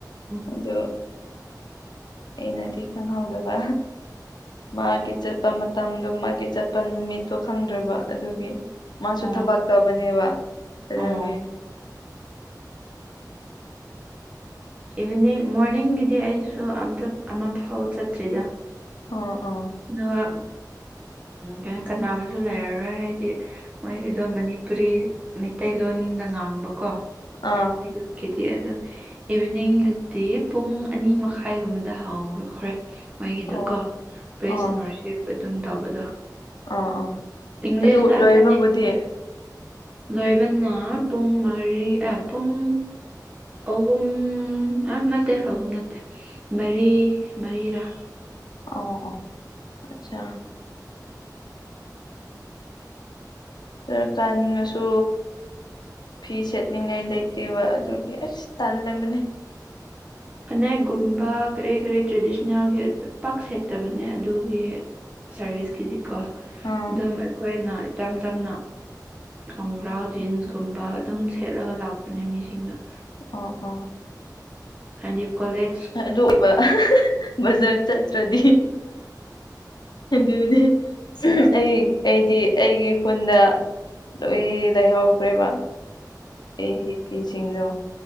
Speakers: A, on the right; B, on the left.
A: ꯎꯝ
B: ꯑꯣ ꯑꯩꯅꯗꯤ ꯈꯪꯍꯥꯎꯗꯕ ꯃꯥꯒꯤ ꯆꯠꯄ ꯃꯇꯝꯗꯣ ꯃꯥꯒꯤ ꯆꯠꯄ ꯅꯨꯃꯤꯠꯇꯣ ꯈꯪꯗ꯭ꯔꯕ ꯑꯗꯨꯒꯤ ꯃꯥꯁꯨ
A: ꯑꯣ
B: ꯊꯕꯛ ꯇꯧꯕꯅꯦꯕ ꯑꯗꯨꯒꯤ
A: ꯑꯣ ꯏꯚꯤꯅꯤꯡ ꯃꯣꯔꯅꯤꯡꯒꯤꯗꯤ ꯑꯩꯁꯨ ꯑꯝꯇ ꯑꯃꯐꯥꯎ ꯆꯠꯇ꯭ꯔꯤꯗ
B: ꯑ ꯑ
A: ꯑꯗꯨꯒ ꯀ ꯀꯥꯟꯕꯁꯨ ꯂꯩꯔꯔꯣꯏ ꯍꯥꯏꯗꯤ ꯃꯣꯏꯒꯤꯗꯣ ꯃꯅꯤꯄꯨꯔꯤ ꯃꯩꯇꯩꯂꯣꯟꯗ ꯉꯥꯡꯕꯀꯣ
B: ꯑꯥ
A: ꯍꯡ ꯀꯗꯤ ꯑ ꯑꯗꯨ ꯏꯚꯤꯅꯤꯡꯗꯗꯤ ꯄꯨꯡ ꯑꯅꯤ ꯃꯈꯥꯏꯒꯨꯝꯕꯗ ꯍꯧꯈ꯭ꯔꯦ ꯃꯣꯏꯒꯤꯗꯀꯣ
B: ꯑꯣ
A: ꯄꯕ꯭ꯔꯦꯁꯟꯔꯁꯤꯞ
B: ꯑꯥ
A: ꯑꯗꯨꯝ ꯇꯧꯕꯗꯣ
B: ꯑꯥ ꯑꯥ
A: ꯏꯪꯂꯤꯁ
B: ꯑꯗꯨ
A: ꯉꯥꯛꯇꯅꯦ
B: ꯂꯣꯏꯕꯕꯨꯗꯤ
A: ꯂꯣꯏꯕꯅ ꯄꯨꯡ ꯃꯔꯤ ꯄꯨꯡ ꯑꯍꯨꯝ ꯑ ꯅꯠꯇꯦ ꯑꯍꯨꯝ ꯅꯠꯇꯦ ꯃꯔꯤ ꯃꯔꯤꯔꯥ
B: ꯑꯣ ꯑꯣ ꯑꯆꯥ ꯗꯔ ꯀꯥꯅꯤꯡꯉꯁꯨ ꯐꯤ ꯁꯦꯠꯅꯤꯡꯉꯥꯏ ꯂꯩꯇꯦꯕ ꯑꯗꯨꯒꯤ ꯑꯁ ꯇꯜꯗꯕꯅꯦ
A: ꯑꯅꯦꯛꯒꯨꯝꯕ ꯀꯔꯤ ꯀꯔꯤ ꯇ꯭ꯔꯦꯗꯤꯁꯅꯦꯜꯒꯤ ꯄꯥꯛ ꯁꯦꯠꯇꯕꯅꯦ ꯑꯗꯨꯒꯤ ꯁꯥꯔꯚꯤꯁꯀꯤꯗꯤꯀꯣ
B: ꯑꯥ
A: ꯑꯗꯨꯝ ꯑꯩꯈꯣꯏꯅ ꯏꯆꯝ ꯆꯝꯅ ꯈꯣꯡꯒ꯭ꯔꯥꯎ ꯖꯤꯟꯁꯀꯨꯝꯕ ꯑꯗꯨꯝ ꯁꯦꯠꯂꯒ ꯂꯥꯛꯄꯅꯦ ꯃꯤꯁꯤꯡꯗꫭ
B: ꯑꯣ ꯑꯣ
A: ꯑꯗꯤ ꯀꯣꯂꯦꯠ
B: ꯑꯗꯨ ꯑꯣꯏꯕ ꯕꯖꯥꯔ ꯆꯠꯇ꯭ꯔꯗꯤ ꯑꯗꯨꯅꯤ ꯑꯩ ꯑꯩꯗꯤ ꯑꯩꯒꯤ ꯈꯨꯟꯗ ꯑꯗꯣ ꯑꯩ ꯂꯩꯍꯧꯈ꯭ꯔꯦꯕ ꯑꯩꯒꯤ ꯐꯤꯁꯤꯡꯗꯣ